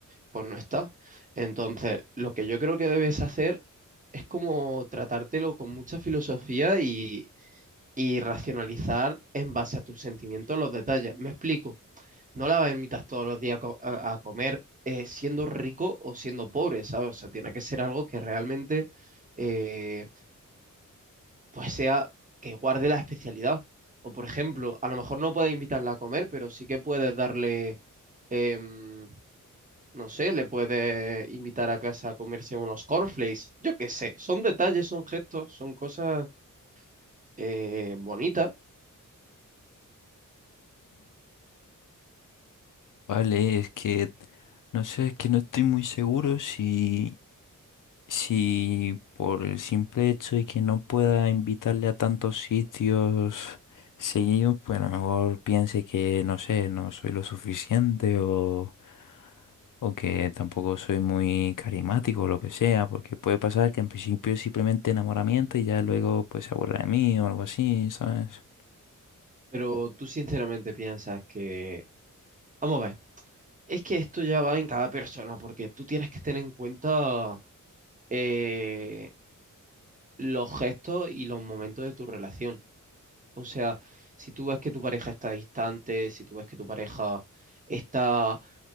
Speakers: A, on the right (about 25°); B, on the left (about 70°).
A: pues no está. Entonces, lo que yo creo que debes hacer es como tratártelo con mucha filosofía y, y racionalizar en base a tus sentimientos los detalles. Me explico, no la invitas todos los días a, co- a- a comer eh, siendo rico o siendo pobre, ¿sabes? O sea, tiene que ser algo que realmente eh, pues sea que guarde la especialidad. O por ejemplo, a lo mejor no puedes invitarla a comer, pero sí que puedes darle... em, no sé, le puede invitar a casa a comerse unos cornflakes. Yo qué sé, son detalles, son gestos, son cosas eh, bonitas,
B: Vale, es que no sé, es que no estoy muy seguro si, si por el simple hecho de que no pueda invitarle a tantos sitios seguidos, pues a lo mejor piense que no sé, no soy lo suficiente o, o que tampoco soy muy carismático o lo que sea, porque puede pasar que en principio es simplemente enamoramiento y ya luego pues se aburra de mí o algo así, ¿sabes?
A: pero tú sinceramente piensas que... Vamos a ver, es que esto ya va en cada persona, porque tú tienes que tener en cuenta eh, los gestos y los momentos de tu relación. O sea, si tú ves que tu pareja está distante, si tú ves que tu pareja está